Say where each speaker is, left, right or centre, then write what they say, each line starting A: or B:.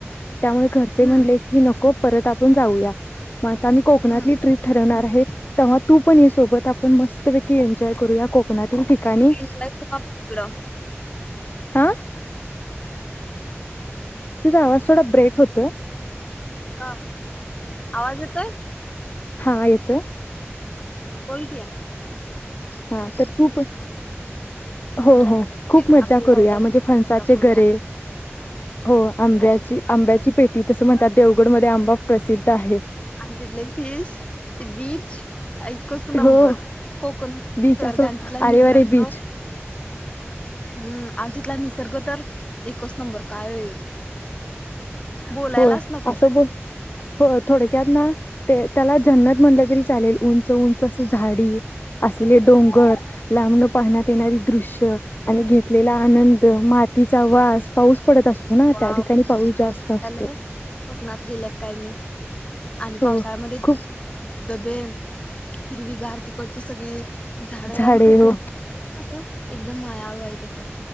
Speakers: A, on the left (about 45°); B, on the left (about 25°).
A: त्यामुळे घरचे
B: हम्म
A: म्हणले की नको परत आपण जाऊया म आता आम्ही कोकणातली
B: हम्म
A: ट्रीप ठरवणार आहे. तवा तू पण ये सोबत आपण मस् मस्त पैकी एन्जॉय करूया कोकणातील ठिकाणी
B: एन्जॉय करू आपण तिकडं
A: आ तुझा आवाज थोडा ब्रेक होतोय.
B: हा आवाज येतोय?
A: हा येतोय.
B: हम् बोल कि
A: हा तर खूप हो
B: मला
A: हो
B: सांग
A: खूप मज्जा
B: आपण
A: करूया
B: जाऊया
A: म्हणजे
B: ट्रिप
A: फणसाचे
B: करूया
A: गरे, हो आंब्याची
B: आणि
A: आंब्याची
B: ते
A: पेटी तस म्हणतात देवगड मध्ये आंबा प्रसिद्ध आहे.
B: आणि तिथले फिश, ती बीच एकच नंबर
A: हो
B: कोकण निसर्ग
A: बीच असो
B: आणि तिथला निसर्ग
A: आरेवारे बीच
B: हम्म आणि तिथला निसर्ग तर एकच नंबर काय बोलायलाच
A: होय
B: नको
A: असं बोल होय थोडक्यात ना त्याला जन्नत म्हटलं तरी चालेल ऊन उंच-उंच असं झाडी असले डोंगर, लांबणं पाहण्यात येणारी दृश्य आणि घेतलेला
B: होय
A: आनंद मात तीचा वास पाऊस पडत असतो ना
B: वाव
A: त्या ठिकाणी पाऊस जास्त असतो.
B: <unintelligible> कोकणात गेल्या का काय मी आणि
A: हो
B: पावसाळ्यामध्ये
A: खूप
B: दबे हिरवी गार तिकडची सगळी झाडं
A: झाडे
B: आणि कोकण
A: हो
B: कसं एकदम मायाळू आहे तसं